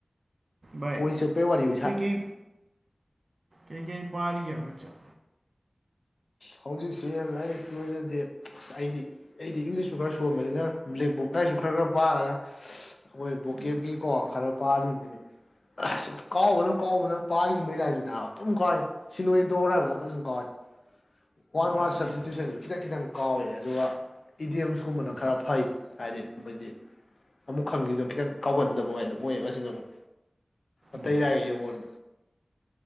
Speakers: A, on the right; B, on the left.
A: ꯚꯥꯏ
B: ꯀꯣꯏ ꯆꯠꯄꯩ ꯋꯥꯔꯤ ꯏꯁꯥ
A: ꯀꯩꯀꯩ ꯀꯩꯀꯩ ꯄꯥꯔꯤꯒꯦ ꯍꯧꯖꯤꯛꯁꯦ꯫
B: ꯍꯧꯖꯤꯛꯁꯦ ꯂꯥꯏꯔꯤꯛꯀꯤ ꯑꯣꯏꯅꯗꯤ ꯑꯩꯗꯤ꯫ ꯑꯩꯗꯤ ꯏꯪꯂꯤꯁꯁꯨꯨ ꯈꯔ ꯁꯣꯟꯕꯅꯤꯅ ꯕ꯭ꯂꯦꯛꯕꯨꯛ ꯂꯁꯨ ꯈꯔ ꯈꯔ ꯄꯥꯔꯒ ꯑꯩꯈꯣꯏ ꯕꯣꯀꯦꯞꯀꯤꯀꯣ
A: ꯎꯝ
B: ꯈꯔ ꯄꯥꯜꯂꯤꯅꯦꯅꯦ ꯑꯁ ꯀꯥꯎꯕꯅ ꯀꯥꯎꯕꯅ ꯄꯥꯈꯤꯕ ꯃꯩ ꯂꯥꯏꯁꯨꯗ ꯑꯗꯨꯝ ꯀꯥꯎꯏ ꯁꯤꯂꯣꯏꯗꯧꯔ ꯍꯥꯏꯕꯐꯥꯎꯄ ꯑꯗꯨꯝ ꯀꯥꯎꯏ ꯋꯥꯟ ꯋꯥꯟ
A: ꯌꯥꯗꯦꯗ
B: ꯁꯞꯖꯦꯛ ꯇ꯭ꯋꯏꯁꯟꯁꯨ
A: ꯚꯥꯏ
B: ꯈꯤꯇꯪ ꯈꯤꯇꯪ ꯀꯥꯎꯋꯦ ꯑꯗꯨꯒ ꯏꯗꯤꯌꯦꯝꯁꯀꯨꯝꯕꯅ
A: ꯎꯝ
B: ꯈꯔ ꯐꯩ ꯍꯥꯏꯗꯤ ꯃꯣꯏꯗꯤ ꯑꯃꯨꯛ ꯈꯪꯗꯗ ꯈꯤꯇꯪ ꯀꯥꯎꯒꯟꯗꯕꯗ ꯑꯣꯏꯌꯦꯕ ꯃꯁꯤꯗ ꯑꯃꯨꯛ ꯑꯇꯩꯔꯥꯏꯒ
A: ꯎꯝ
B: ꯌꯦꯡꯉꯣꯟ